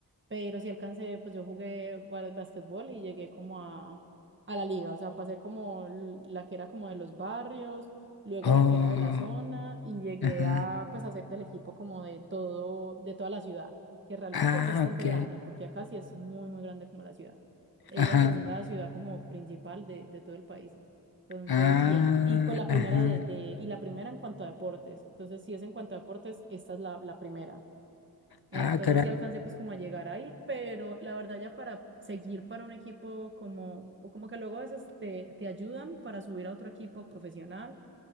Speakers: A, on the right; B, on the left.
A: Pero sí alcancé, pues yo jugué ba- basquetbol y llegué como a, a la liga, o sea, pasé como l- la que era como de los barrios, luego
B: Oh,
A: la que era de la zona y llegué
B: ajá.
A: a pues hacer del equipo como de todo, de toda la ciudad, que realmente
B: Ah,
A: es bastante
B: ok.
A: grande, porque acá sí es muy, muy grande como la ciudad. Es
B: Ajá.
A: la segunda ciudad como principal de, de todo el país. Entonces,
B: Ah,
A: bien. Y pues la
B: ajá.
A: primera de, de, y la primera en cuanto a deportes. Entonces, si es en cuanto a deportes, esta es la, la primera. Entonces
B: Ah, caray.
A: sí alcancé pues como a llegar ahí, pero la verdad ya para seguir para un equipo como, o como que luego a veces te, te ayudan para subir a otro equipo profesional,